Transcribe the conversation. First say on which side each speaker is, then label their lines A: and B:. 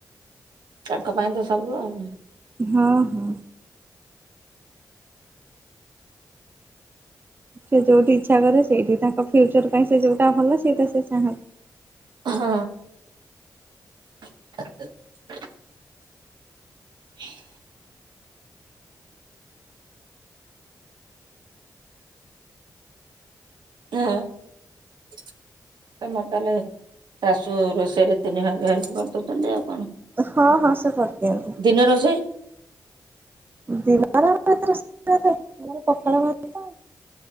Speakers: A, on the right; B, on the right.
A: ତାଙ୍କ ପାଇଁ ତ ସବୁ ଆଉ
B: ହଁ ହଁ। ସେ ଯୋଉଁଠି ଇଚ୍ଛା କରିବେ ସେଇଠି ତାଙ୍କ ଫ୍ୟୁଚର ପାଇଁ ସେ ଯୋଉଁଟା ଭଲ ସେଇଟା ସେ ଚାହାନ୍ତି।
A: ହଁ। <inaudible> ହେଏ। ହଁ। ତମ ତାହେଲେ ଶାଶୁ ରୋଷେଇରେ ତିନି ଭାଗ ହେଲ୍ପ କରିଦଉଛନ୍ତି ଆଉ କଣ?
B: ହଁ ହଁ ସେ କରିଦିଅନ୍ତିୁ।
A: ଦିନ ରୋଷେଇ
B: ଦିଆର ଏ <unintelligible> ଆମର ପଖାଳ ଭାତ।